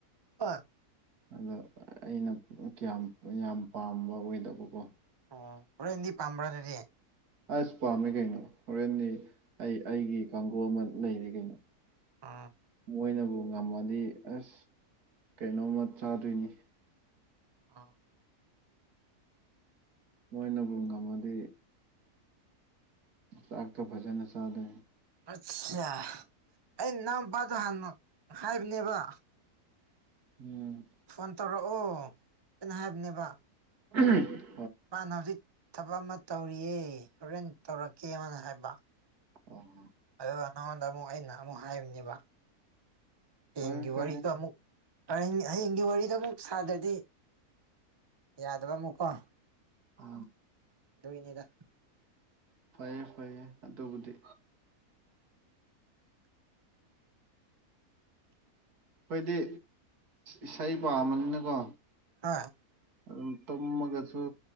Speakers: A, on the right; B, on the right.
A: ꯑ
B: ꯑꯗꯣ ꯑꯩꯅ ꯀꯌꯥꯝ ꯌꯥꯝ ꯄꯥꯝꯕ ꯑꯣꯏꯗꯕꯀꯣ
A: ꯑꯣ ꯄꯨꯔ ꯏꯟꯗꯤ ꯄꯥꯝꯕ꯭ꯔꯥꯅꯔꯤꯌꯦ
B: ꯑꯁ ꯄꯥꯝꯃꯦ ꯀꯩꯅꯣ ꯍꯣꯔꯦꯟꯗꯤ ꯑꯩ ꯑꯩꯒꯤ ꯀꯥꯡꯕꯨ ꯑꯃ ꯂꯩꯔꯤ ꯀꯩꯅꯣ
A: ꯑ
B: ꯃꯣꯏꯅꯕꯨ ꯉꯝꯃꯗꯤ ꯑꯁ ꯀꯩꯅꯣꯝꯃ ꯆꯥꯗꯣꯏꯅꯤ
A: ꯑꯥ
B: ꯃꯣꯏꯅꯕꯨ ꯉꯝꯃꯗꯤ ꯁꯥꯥꯥꯛꯛꯇ ꯖꯟ ꯑ ꯁꯥꯥꯗꯦ
A: ꯑꯠꯆꯥ ꯑꯩ ꯅꯅꯥꯎꯄꯥꯗꯣ ꯍꯥꯟ ꯍꯥꯏꯕꯅꯦꯕ
B: ꯎꯝ
A: ꯐꯣꯟ ꯇꯧꯔꯛꯑꯣ ꯀꯩꯅ ꯍꯥꯏꯕꯅꯦꯕ
B: ꯑ
A: ꯃꯥꯅ ꯍꯧꯖꯤꯛ ꯊꯕꯛ ꯑꯃ ꯇꯧꯔꯤꯌꯦ ꯍꯣꯔꯦꯟ ꯇꯧꯔꯛꯀꯦꯅ ꯍꯥꯏꯕ
B: ꯑꯣ
A: ꯑꯗꯨꯒ ꯅꯉꯣꯟꯗ ꯑꯃꯨꯛ ꯑꯩꯅ ꯑꯃꯨꯛ ꯍꯥꯏꯔꯤꯕꯅꯦꯕ ꯍꯡꯒꯤ
B: ꯐꯔꯦ ꯐꯔꯦ
A: ꯋꯥꯔꯤ ꯑꯃꯨꯛ ꯍꯌꯦꯡꯒꯤ ꯋꯥꯔꯤꯗ ꯑꯃꯨꯛ ꯁꯥꯗ꯭ꯔꯗꯤ ꯌꯥꯗꯕ ꯑꯃꯨꯛꯀꯣ
B: ꯑ
A: ꯣꯏꯅꯤꯗ
B: ꯐꯩꯌꯦ ꯐꯩꯌꯦ ꯑꯗꯨꯕꯨꯗꯤ ꯑꯩꯣꯏꯗꯤ ꯏꯁꯩ ꯄꯥꯝꯝꯕꯅꯤꯅꯀꯣ
A: ꯑꯥ
B: ꯑꯗꯨꯝ ꯇꯨꯝꯃꯒꯁꯨ